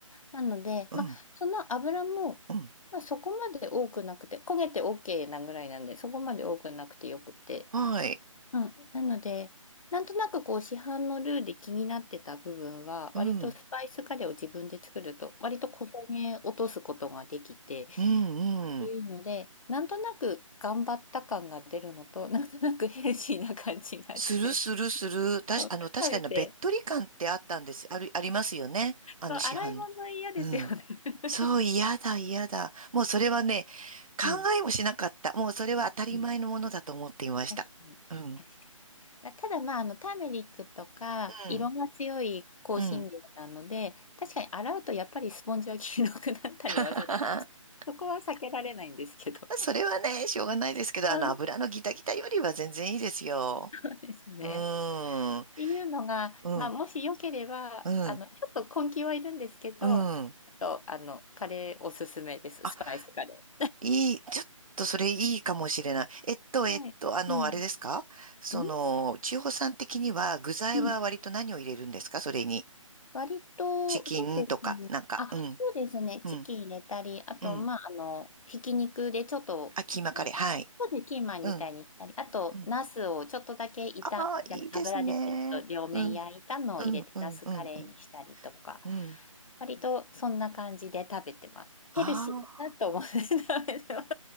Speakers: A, on the left; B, on the right.
A: なので、ま、
B: ん、
A: その油も、
B: うん、
A: ま、そこまで多くなくて、焦げて OK なぐらいなんで、そこまで多くなくてよくて。
B: はい。
A: うん。なので、なんとなくこう市販のルーで気になってた部分は、
B: うん、
A: 割とスパイスカレーを自分で作ると、
B: うん、
A: 割と小骨落とすことができて、
B: うん、
A: ていうので、
B: うん。
A: なんとなく頑張った感が出るのと、なんとなくヘルシーな感じがして、
B: するするする。たし、
A: そう食べて、
B: あの、確かに、べっとり感ってあったんです。ある、ありますよね。あの、
A: そう洗い物嫌ですよね。
B: 市販の。うん。
A: <laughs>
B: そう、嫌だ、嫌だ。もうそれはね、考えもしなかった。
A: うん。
B: もうそれは当たり前のものだと思っていました。
A: うん。確かに、
B: うん、
A: 確かに。あただ、まあ、あの、ターメリックとか、
B: うん、
A: 色が強い香辛料なので、
B: うん。
A: 確かに洗うとやっぱりスポンジは黄色くなったりはする。
B: <laughs>
A: そこは避けられないんですけど。
B: それはね、しょうがないですけど、
A: うん
B: あの、油のギタギタよりは全然いいですよ。
A: そうですね。
B: うーん。
A: っていうのが、
B: うん。
A: まあ、もしよければ、
B: うん、
A: あの、ちょっと根気はいるんですけど、
B: うん。
A: あと、あの、カレーおすすめです。
B: あ、
A: スパイスカレ
B: いい、ちょっとそれいいかもしれない。えっと、えっと、
A: ー。はい。
B: あの、
A: うん。
B: あれですかその、
A: ん
B: 千穂さん的には具材は割と何を入れるんですかそれに。
A: うん割と、
B: チキンとか、
A: そうですね。
B: なんか、
A: あ、
B: うん、
A: そうですね。チキン入れたり、
B: うん、
A: あと、
B: うん。
A: まあ、あの、ひき肉でちょっと、
B: あ、キーマカレー、
A: そうで
B: はい。
A: すねキーマンみたいにしたり、
B: うん、
A: あと、
B: うん。
A: ナスをちょっとだけ炒め炒め、
B: ああ、いいですね。
A: 油でちょっと両面焼いたのを入れて、
B: うん、うん、うん、
A: ナスカレーにしたりとか、
B: うん、うん。うん。
A: 割とそんな感じで食べてます。
B: ああ、
A: ヘルシーだなと思って食べてます。